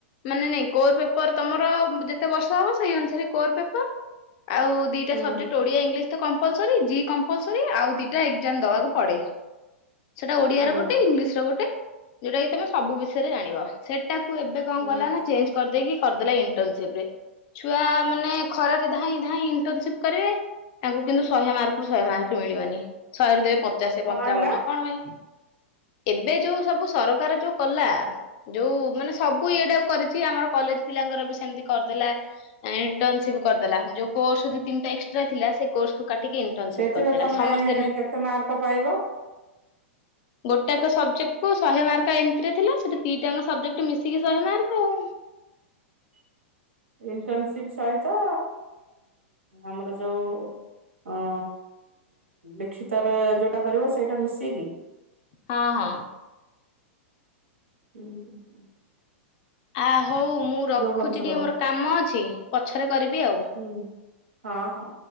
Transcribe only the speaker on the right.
ହୁଁ
ହୁଁ
ହୁଁ
କଣ
ହେଲା?
ସେଥିରେ
ତମେ
କେତେ ମାର୍କ ପାଇବ ହ <inaudible>
<inaudible> ଇଣ୍ଟନସିପ ସହିତ ଆମର ଯୋଉ ହ ଲିଖିତର ଯୋଉଟା କରିବ ସେଇଟା ମିସେଇକି
ହୁଁ ହୁ।
ପରିଶ୍ରମ
ହୁଁ ହଁ ହଁ।